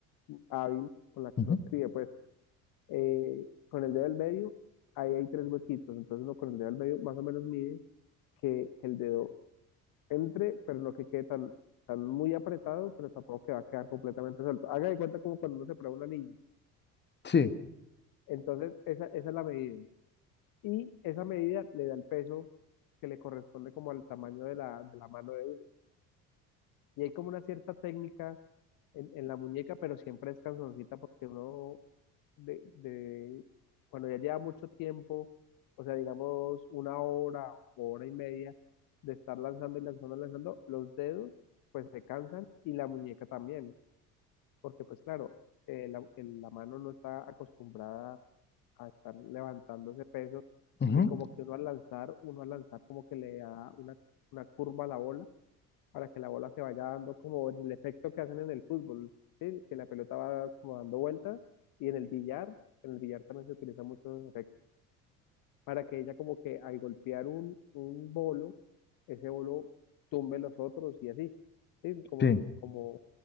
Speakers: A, on the left; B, on the left.
A: hábil con la que
B: ujú,
A: nos críe, pues eh, con el dedo del medio, ahí hay tres huequitos, entonces uno con el dedo del medio más o menos mide que, que el dedo entre, pero no que quede tan, tan muy apretado, pero tampoco que va a quedar completamente suelto. Haga de cuenta como cuando uno se prueba un anillo.
B: Sí,
A: Entonces, esa, esa es la medida. Y esa medida le da el peso que le corresponde como al tamaño de la, de la mano de uno. Y hay como una cierta técnica en, en la muñeca, pero siempre es canzoncita porque uno de, de cuando ya lleva mucho tiempo, o sea, digamos una hora o hora y media de estar lanzando y lanzando y lanzando, los dedos pues se cansan y la muñeca también, porque pues claro, eh, la, el- la mano no está acostumbrada a estar levantando ese peso
B: ujú,
A: y como que uno al lanzar, uno al lanzar como que le da una, una curva a la bola para que la bola se vaya dando como el efecto que hacen en el fútbol, ¿sí? Que la pelota va como dando vueltas y en el billar, en el billar también se utilizan muchos efectos para que ella como que al golpear un, un bolo, ese bolo tumbe los otros y así, ¿sí? Como,
B: sí.
A: como,